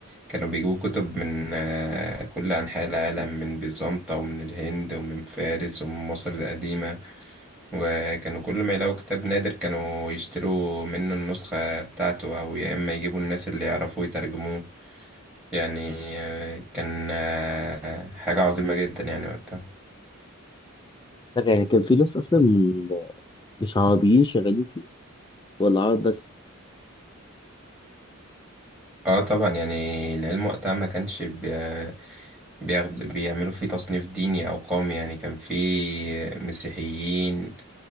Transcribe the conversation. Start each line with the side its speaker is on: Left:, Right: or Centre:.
Centre: كانوا بيجيبوا كتب من آه، كل أنحاء العالم من بيزنطة ومن الهند ومن فارس ومن مصر القديمة وكانوا كل ما يلاقوا كتاب نادر كانوا يشتروا منه النسخة بتاعته أو يا إما يجيبوا الناس اللي يعرفوا يترجموه يعني آه، كان آه، حاجة عظيمة جدا يعني وقتها
Left: طب يعني كان في ناس اصلا من- مش عربيين شغالين فيه ولا عرب بس
Centre: اه طبعا يعني العلم وقتها ما كانش بي- بياخد بيعملوا فيه تصنيف ديني أو قومي يعني كان فيه مسيحيين